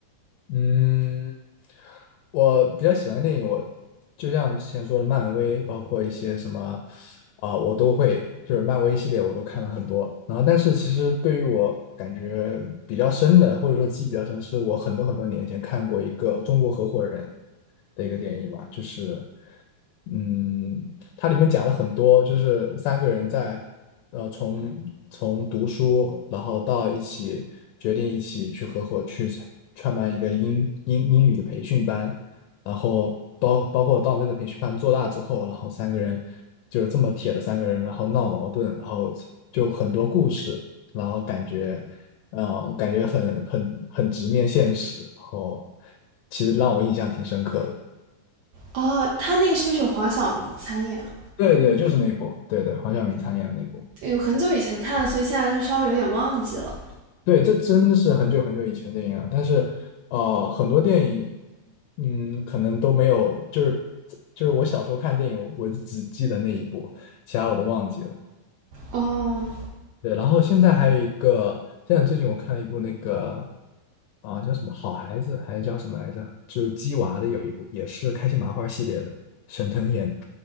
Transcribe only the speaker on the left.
嗯，我比较喜欢电影，我就像之前说的，漫威，包括一些什么啊、我都会，就是漫威系列我都看了很多。然后，但是其实对于我感觉比较深的，或者说记忆比较深，是我很多很多年前看过一个中国合伙人的一个电影吧，就是嗯，它里面讲了很多，就是三个人在呃从从读书，然后到一起决定一起去合伙去创办一个英英英语的培训班，然后包包括到这个培训班做大之后，然后三个人就是这么铁的三个人，然后闹矛盾，然后就很多故事，然后感觉嗯、呃感觉很很很直面现实，然后其实让我印象挺深刻的。
对对，就是那一部，对对，黄晓明参演的那部。
对，这真的是很久很久以前的电影了，但是，呃，很多电影，嗯，可能都没有，就是就是我小时候看电影，我只记得那一部，其他我都忘记了。
对，然后现在还有一个，现在最近我看了一部那个，啊、叫什么《好孩子》还是叫什么来着？就是鸡娃的有一部，也是开心麻花系列的，沈腾演的。